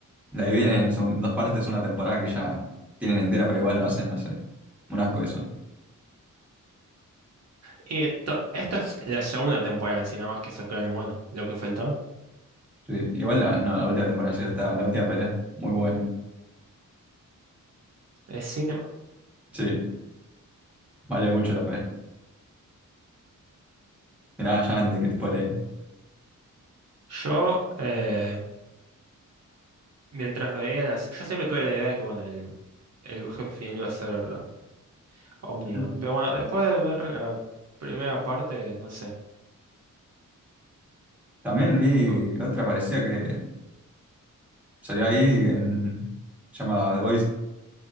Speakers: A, in the centre; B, on the right (about 50°).
A: la dividen en, son- en dos partes una temporada que ya tienen entera, pero igual lo hacen, no sé. Un asco eso.
B: Y esto, esta es la segunda temporada en sí, nada más que sacaron, bueno, lo que faltó.
A: Sí, igual la, no, la última temporada sí está, la última pelea, muy buena.
B: Es cinema.
A: Sí, vale mucho la pena. Y nada, ya antes que te spoileen.
B: Yo, eh, mientras veía las... Yo siempre tuve la idea de que, bueno, el, el jefe final iba a ser Omniman,
A: <laughs>
B: pero bueno, después de ver la primera parte, no sé.
A: También vi
B: P-
A: otra parecía que salió ahí en, se llama The Voice,